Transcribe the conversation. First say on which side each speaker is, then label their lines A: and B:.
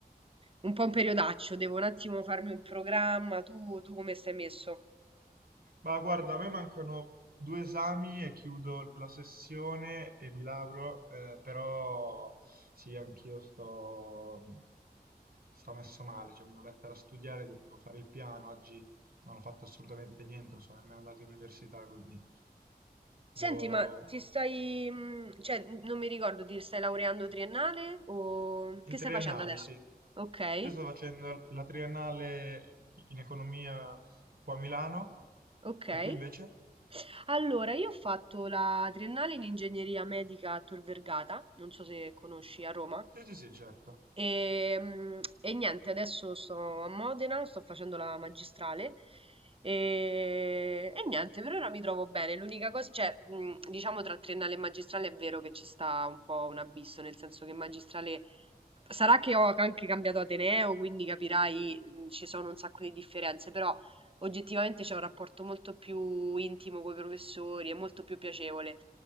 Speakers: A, on the right; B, on the right.
A: Un po' un periodaccio, devo un attimo farmi un programma. Tu, tu come stai messo?
B: Ma guarda, a me mancano due esami e chiudo la sessione e mi lauro, eh, però sì, anch'io sto, sto messo male, cioè mi devo mettere a studiare, devo fare il piano, oggi non ho fatto assolutamente niente, non sono nemmeno andato in università, quindi
A: Senti,
B: devo...
A: ma ti stai, mhmm, cioè, n non mi ricordo, ti stai laureando triennale o che
B: In triennale,
A: stai facendo adesso?
B: sì.
A: Okay,
B: Io sto facendo la triennale in economia qua a Milano,
A: okay.
B: e tu invece?
A: Allora, io ho fatto la triennale in ingegneria medica a Tor Vergata, non so se conosci, a Roma.
B: Sì, sì, sì, certo.
A: Ehm, e niente, adesso sto a Modena, sto facendo la magistrale e, e niente, per ora mi trovo bene. L'unica cosa, cioè, mhmm, diciamo tra triennale e magistrale è vero che ci sta un po' un abisso, nel senso che magistrale Sarà che ho anche cambiato ateneo, quindi capirai, mhmm, ci sono un sacco di differenze, però oggettivamente c'è un rapporto molto più intimo coi professori, è molto più piacevole.